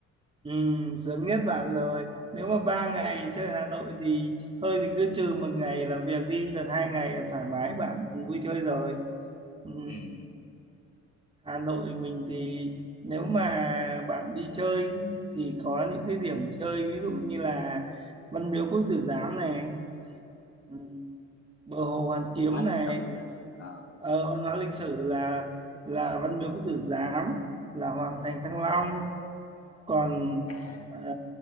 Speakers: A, on the right; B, on the left.
A: Ừ, sướng nhất
B: ừ.
A: bạn rồi. Nếu mà ba ngày chơi Hà Nội thì thôi thì cứ trừ một ngày làm việc đi, còn hai ngày là thoải mái bạn vui chơi rồi. Ừ,
B: Ừ.
A: Hà Nội mình thì nếu mà bạn đi chơi thì có những cái điểm chơi ví dụ như là Văn Miếu Quốc Tử Giám này, ừ, bờ hồ Hoàn
B: Viện
A: Kiếm
B: văn hóa lịch
A: này,
B: sử à, Ờ.
A: ờ, văn hóa lịch sử là là Văn Miếu Quốc Tử Giám, là Hoàng thành Thăng Long. còn
B: à.
A: ờ,